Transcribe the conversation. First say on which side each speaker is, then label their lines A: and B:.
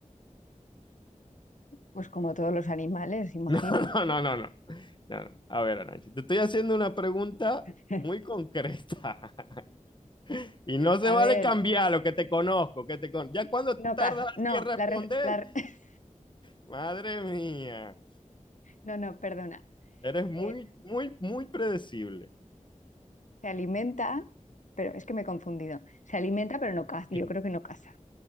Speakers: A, on the left; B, on the left.
A: pues como todos los animales, imagino.
B: No, no, no, no, no. No, no. A ver, Arancha, te estoy haciendo una pregunta
A: <laughs>
B: muy concreta <laughs> y no se
A: A
B: vale
A: ver,
B: cambiar lo que te conozco, que te con... Ya cuando
A: no
B: tardas
A: caza, no,
B: así en responder,
A: la, re- la re- <laughs>
B: madre mía,
A: no, no, perdona.
B: eres muy,
A: Eh,
B: muy, muy predecible.
A: se alimenta, pero es que me he confundido. Se alimenta, pero no caza. Yo
B: Sí.
A: creo que no caza,